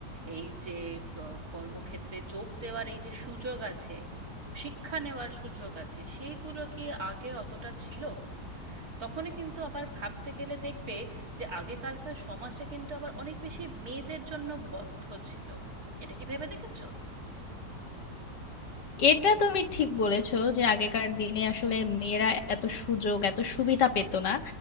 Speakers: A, on the right (about 60°); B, on the left (about 80°).
A: এই যে আহ, কর্মক্ষেত্রে যোগ দেওয়ার এই যে সুযোগ আছে শিক্ষা নেওয়ার সুযোগ আছে সেইগুলো কি আগে অতটা ছিল তখনই কিন্তু আবার ভাবতে গেলে দেখবে যে আগেকালকার সমাজটা কিন্তু আবার অনেক বেশি মেয়েদের জন্য বদ্ধ ছিল এটা কি ভেবে দেখেছো
B: এটা তুমি ঠিক বলেছো যে আগেকার দিনে আসলে মেয়েরা এত সুযোগ এত সুবিধা পেত না